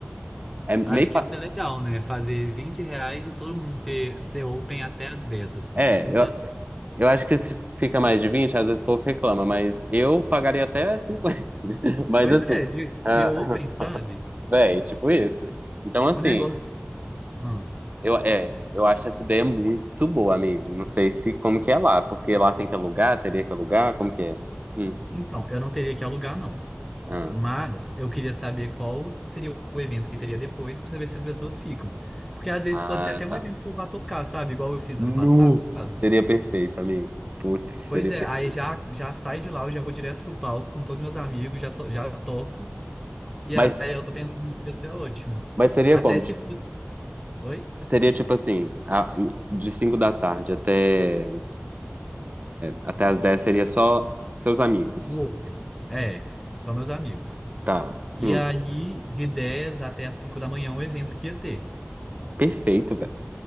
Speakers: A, on the right; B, in the centre.
A: é meio.
B: Acho
A: pa-
B: que ia ser legal, né? Fazer 20 reais e todo mundo ter ser Open até as 10, assim,
A: É,
B: de 5
A: eu,
B: às 10.
A: eu acho que se fica mais de 20, às vezes o povo reclama, mas eu pagaria até 50. <laughs> Mas
B: Pois
A: assim.
B: é, de,
A: ah,
B: de Open, sabe?
A: <laughs> Véi, tipo isso. Então, assim,
B: O negócio. Ah,
A: eu, é, eu acho essa ideia muito boa, amigo. Não sei se como que é lá, porque lá tem que alugar, teria que alugar, como que é? Hum.
B: então, eu não teria que alugar, não.
A: Ah,
B: Mas eu queria saber qual seria o evento que teria depois para saber se as pessoas ficam. Porque às vezes
A: ah,
B: pode ser até um
A: tá.
B: evento que eu vá tocar, sabe? Igual eu fiz
A: Nu!
B: ano passado.
A: Seria perfeito, amigo. Putz, seria
B: Pois é,
A: perfeito.
B: aí já, já sai de lá, eu já vou direto pro palco com todos meus amigos, já, to- já toco. E
A: Mas,
B: aí eu tô pensando que isso é ótimo.
A: mas seria
B: Até
A: como?
B: se fosse. Oi?
A: Seria tipo assim, a- de 5 da tarde até, até as 10 seria só seus amigos.
B: O Open. É, só meus amigos.
A: Tá.
B: E
A: Hum.
B: aí, de 10 até as 5 da manhã, é um evento que ia ter.
A: Perfeito, velho.